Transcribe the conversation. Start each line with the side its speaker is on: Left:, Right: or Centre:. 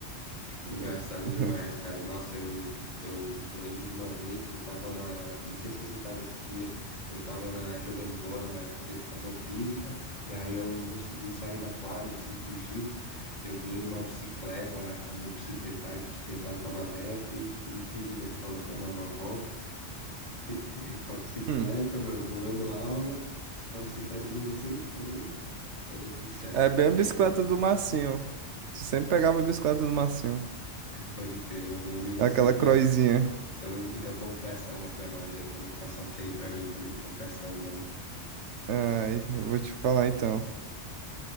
Right: <laughs>
Left: Engraçado demais, cara. Nossa, eu, eu, eu lembro de uma vez que eu tava na. Não sei se você tava esse dia, eu tava na, jogando bola na revista Educação Física, e aí eu consegui sair da quadra, assim, fugido. Peguei uma bicicleta lá que tava no bicicletário, que o bicicletário tava aberto, e, e fugi da escola pra dar uma volta <laughs> com a bicicleta,
Right: Hum.
Left: mano, bolando aula, com a bicicleta de não sei quem, mas deu tudo certo,
Right: É
Left: voltei,
Right: bem a bicicleta
Left: né?
Right: do Massinho. Tu sempre pegava a bicicleta do Massinho.
Left: Pode crer, meu mano. E você,
Right: Aquela
Left: vai?
Right: croizinha.
Left: Então, então confessa uma pra nós aí, pra não ficar só feio pra mim também. Confessa uma aí.
Right: Ai, eu vou te falar então.